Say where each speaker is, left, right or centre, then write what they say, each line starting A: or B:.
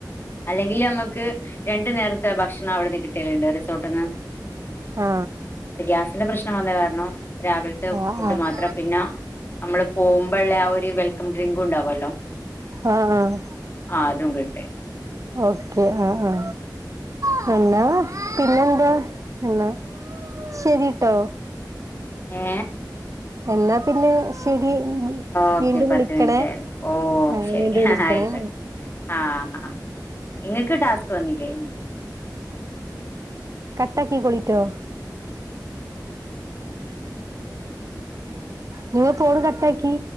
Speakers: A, on the left; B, on the right.
A: അല്ലെങ്കിൽ അമ്മക്ക് രണ്ടു നേരത്തെ ഭക്ഷണം അവിടുന്ന് കിട്ടിയലുണ്ട് റിസോർട്ട്ന്ന്
B: ആ
A: ഗ്യാസിന്റെ പ്രശ്നം വന്ന കാരണം രാവിലെ-
B: ആഹ് ആഹ്
A: ഫുഡ്
B: ആഹ്
A: മാത്രം പിന്ന- നമ്മള് പോകുമ്പോള്ളെ ആ ഒരു വെൽക്കം ഡ്രിങ്ക് ഉണ്ടാവല്ലോ
B: ആഹ് ആഹ്
A: ആ അതും കിട്ടി
B: ഓക്കെ ആ ആ പിന്നെ പിന്നെന്താ എന്നാ ശരിട്ടോ
A: ഏ
B: എന്നാ പിന്നെ ശരി
A: ഓക്കെ
B: വീണ്ടും
A: പത്ത്
B: വിളിക്കണേ
A: മിനുറ്റായിരുന്നു ഓ
B: ആഹ്
A: ശരി
B: വീണ്ടും വിളിക്കണേ
A: ആയിക്കോട്ടെ ആഹ് ആ ഇങ്ങക്ക് ടാസ്ക് വന്നില്ലേ?
B: കട്ടാക്കിപോയല്ലോ നി ഫോണ് കട്ടാക്കി